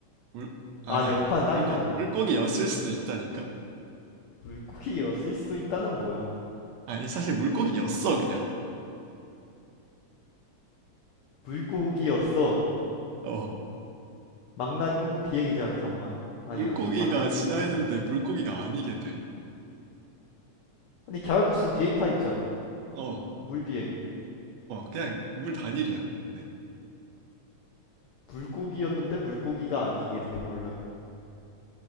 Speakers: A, on the right; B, on the left.
A: 물 아니야
B: 아, 아니야 우파는
A: 아니야
B: 땅이잖아
A: 물고 물고기였을 수도 있다니까
B: 물고기였을 수도 있다는 뭐야
A: 아니 사실 물고기였어 그냥
B: 물고기였어
A: 어
B: 망나뇽은 비행이잖아 잠만 아니야
A: 물고기가
B: 그럼 망나뇽은
A: 진화했는데
B: 아니야
A: 물고기가 아니게
B: 아니 갸라도스는 비행 타입이잖아
A: 돼어어
B: 물비행
A: 그냥 물 단일이야 근데
B: 물고기였는데 물고기가 아니게 돼버렸